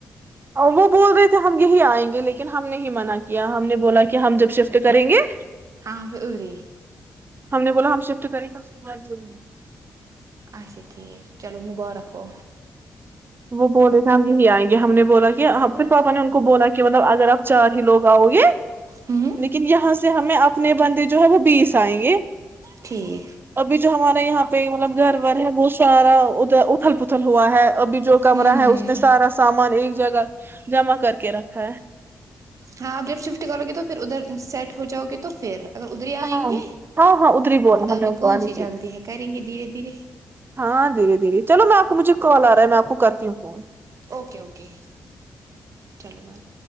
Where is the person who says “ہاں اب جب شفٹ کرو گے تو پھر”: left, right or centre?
Right